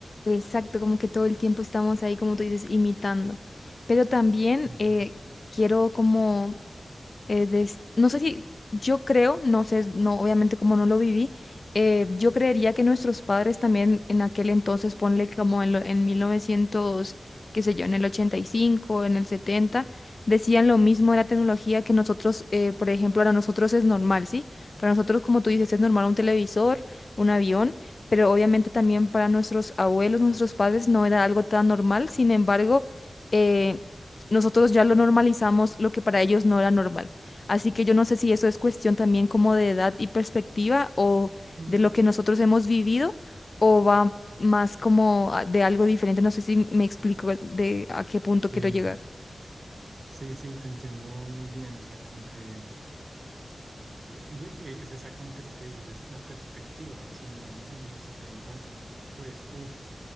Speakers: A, on the left (about 55°); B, on the right (about 55°).
A: Exacto, como que todo el tiempo estamos ahí, como tú dices, imitando. Pero también
B: Ujú.
A: eh, quiero como eh, des- no sé si, yo creo, no sé, no, obviamente como no lo viví, eh, yo creería que nuestros padres también en aquel entonces, ponle como en, lo- en 1900, qué sé yo, en el 85, en el 70 decían lo mismo de la tecnología que nosotros, eh, por ejemplo, para nosotros es normal, ¿sí? Para nosotros, como tú dices, es normal un televisor, un avión. Pero obviamente también para nuestros abuelos, nuestros padres, no era algo tan normal. Sin embargo, eh, nosotros ya lo normalizamos, lo que para ellos no era normal. Así que yo no sé si eso es cuestión también como de edad y perspectiva o
B: Mm,
A: de lo que nosotros hemos vivido o va más como a- de algo diferente. No sé si me explico de a qué punto quiero
B: Sí,
A: llegar.
B: sí, sí, te entiendo muy bien. O sea, como que eh, de- eh, es exactamente lo que dices, es la perspectiva. Si miramos en los setentas, pues, uff,